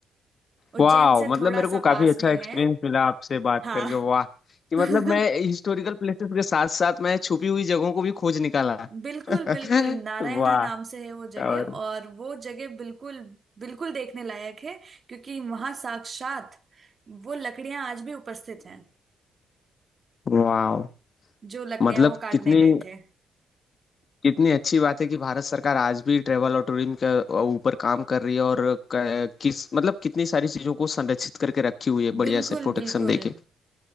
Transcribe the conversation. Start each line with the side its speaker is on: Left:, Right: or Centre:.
Right: उज्जैन
Left: वाह
Right: से
Left: मतलब
Right: थोड़ा
Left: मेरे को
Right: सा
Left: काफी
Right: पास
Left: अच्छा
Right: में
Left: एक्सपीरियंस
Right: है
Left: मिला आपसे बात
Right: हाँ
Left: करके वाह कि
Right: <laughs>
Left: मतलब मैं हिस्टोरिकल प्लेसेस के साथ साथ मैं छुपी हुई जगहों को भी खोज निकाला
Right: बिल्कुल
Left: <laughs>
Right: बिल्कुल नारायणा
Left: वाह
Right: नाम से है वो जगह
Left: और
Right: और वो जगह बिल्कुल बिल्कुल देखने लायक है क्योंकि वहां साक्षात वो लकड़ियां आज भी उपस्थित हैं
Left: वाह
Right: जो लकड़ियां
Left: मतलब
Right: वो काटने
Left: कितनी
Right: गए थे
Left: कितनी अच्छी बात है कि भारत सरकार आज भी ट्रेवल और टूरिज्म के ऊपर काम कर रही है और क- किस मतलब कितनी सारी चीजों को संरक्षित करके रखी हुई है
Right: बिल्कुल
Left: बढ़िया से प्रोटेक्शन
Right: बिल्कुल
Left: देके